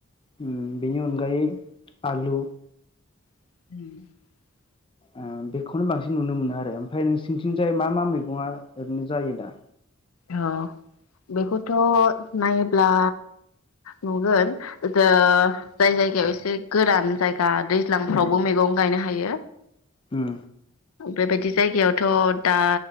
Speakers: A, on the left; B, on the left.
A: उम बेनि अनगायै आलु।
B: <inaudible>
A: ओ बेखौनो बांसिन नुनो मोनो आरो ओमफाय नोंसिनिथिंजाय मा मा मैगंया ओरैनो जायोदा?
B: औ बेखौथ' नायोब्ला नुगोन जो जाय जायगायाव एसे गोरान जाय गा दैज्लांफ्रावबो मैगं गायनो हायो,
A: उम
B: बेबादि जायगायावथ' दा